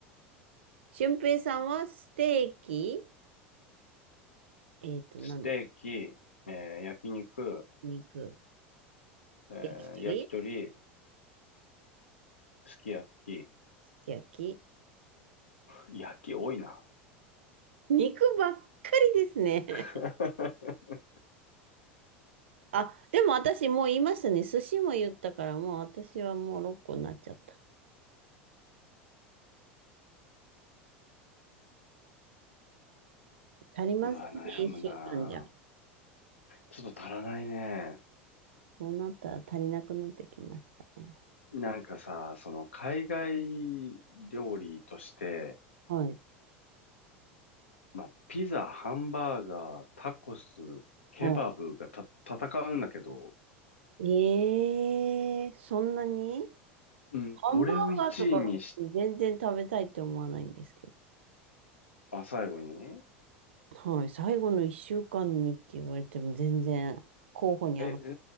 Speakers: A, on the right (about 70°); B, on the left (about 75°).
A: 俊平さんはステーキ、えっと、なん、
B: ステーキ、えー焼肉、
A: 肉、
B: えー焼き鳥、
A: 焼き鳥、
B: すき焼き。
A: すき焼き。
B: 焼き多いな。
A: 肉ばっかりですね。
B: <laughs>
A: <laughs> あ、でも私もう言いましたね。寿司も言ったから、もう私はもう6個になっちゃった。足りませんね、
B: うわ、悩むな。
A: 一週間じゃ。
B: ちょっと足らないね。
A: そうなったら足りなくなってきましたね。
B: なんかさ、その海外料理として、
A: はい。
B: まあ、ピザ、ハンバーガー、タコス、ケバブがた戦うんだけど、
A: はい。えー、そんなに
B: うん。
A: ハンバーガーとか全然食べたいって思わないんですけど。
B: どれを1位にし、あ、最後に
A: はい、最後の一週間にって言われても全然候補に上がっ
B: え、え